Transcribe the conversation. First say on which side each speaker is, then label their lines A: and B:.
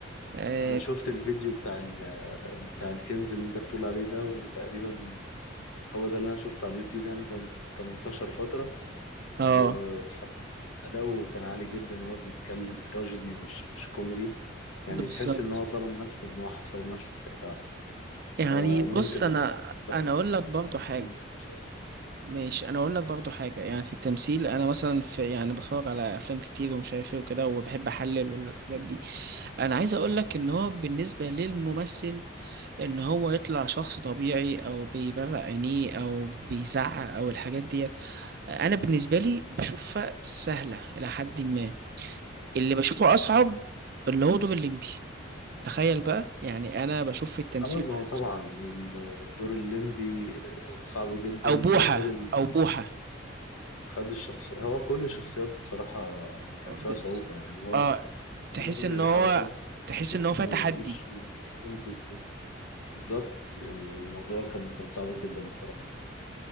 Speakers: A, on the right; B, on the left.
A: اه
B: انا شفت الفيديو بتاع ال... بتاع الكنز اللي انت بتقول عليه ده وتقريبا هو ده اللي انا شفته على اليوتيوب يعني كان كان انتشر فترة
A: آه،
B: وبصراحة أداؤه كان عالي جدا وهو بيتكلم تراجيدي مش مش كوميدي يعني
A: بالظبط
B: تحس ان هو ظلم نفسه ان هو حصر نفسه في حته واحدة.
A: يعني
B: فممكن
A: بص انا
B: اتفرج فعلا
A: انا اقول لك برضو
B: على
A: حاجه
B: فيلم في الشاشه
A: ماشي انا اقول لك برضو حاجه يعني في التمثيل انا مثلا في يعني بتفرج على افلام كتير ومش عارف ايه وكده وبحب احلل والحاجات دي انا عايز اقول لك ان هو بالنسبه للممثل ان هو يطلع شخص طبيعي او بيبرق عينيه او بيزعق او الحاجات ديت انا بالنسبه لي بشوفها سهله الى حد ما اللي بشوفه اصعب اللي هو دور الليمبي تخيل بقى يعني انا بشوف في التمثيل
B: اه ما
A: بقى
B: هو طبعا الدور الليمبي صعب جدا
A: او بوحه
B: وهو خد ال...
A: او بوحه
B: خد الشخصية هو كل شخصياته بصراحة كان فيها
A: بس.
B: صعوبة يعني هو
A: اه تحس
B: بيعمل
A: ان
B: الحركات
A: هو تحس
B: بجسمه
A: ان هو فيها تحدي
B: ووشه وصوته بالظبط يعني الموضوع كان كان صعب جدا بصراحة